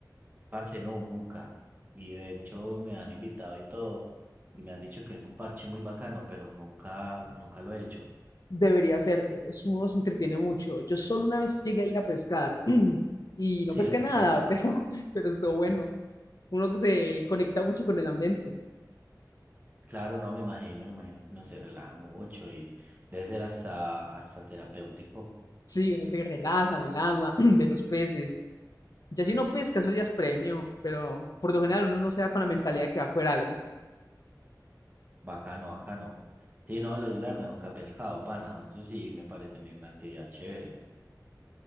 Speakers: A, on the right (about 25°); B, on the left (about 55°).
A: parce, no, nunca. Y de hecho me han invitado y todo. Y me han dicho que es un parche muy bacano, pero nunca, nunca lo he hecho.
B: Debería hacerlo, es, uno se entretiene mucho. Yo solo una vez llegué a ir a pescar <clears throat> y no
A: Sí,
B: pesqué
A: ¿hace
B: nada,
A: cuánto?
B: pero, <laughs> pero estuvo bueno. Uno que se conecta mucho con el ambiente.
A: Claro, no, me imagino, me imagino que uno se relaja mucho y debe ser hasta, hasta terapéutico.
B: Sí, uno se relaja, ve el agua, <clears throat> ve los peces. Ya si uno pesca, eso ya es premio, pero por lo general uno no se da con la mentalidad de que va a coger algo.
A: Bacano, bacano. Sí, no, lo, yo la verdad nunca he pescado, pana. Eso sí me parece a mí una actividad chévere.